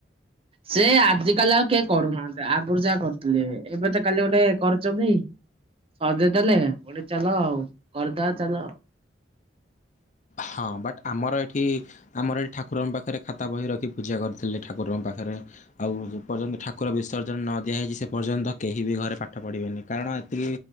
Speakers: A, on the right; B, on the left.
A: ସେ ଆଜିକାଲି ଆଉ କିଏ କରୁନାହାଁନ୍ତି, ଆଗୁରୁ ଯାହା କରୁଥିଲେ। ଏବେ ତ କାଲି ଗୋଟେ କରିଛନ୍ତି ସଜେଇଦେଲେ ପୁଡି ଚାଲ ଆଉ। କରିଦବା ଚାଲ ଆଉ।
B: ହଁ, ବଟ୍ ଆମର ଏଠି ଆମର ଏଠି ଠାକୁରଙ୍କ ପାଖରେ ଖାତା ବହି ରଖି ପୂଜା କରିଥିଲେ ଠାକୁରଙ୍କ ପାଖରେ ଆଉ ଯେ ପର୍ଯ୍ୟନ୍ତ ଠାକୁର ବିସର୍ଜନ ନ ଦିଆହେଇଛି, ସେ ପର୍ଯ୍ୟନ୍ତ କେହି ବି ଘରେ ପାଠ ପଢ଼ିବେନି। କାରଣ ଏତିକି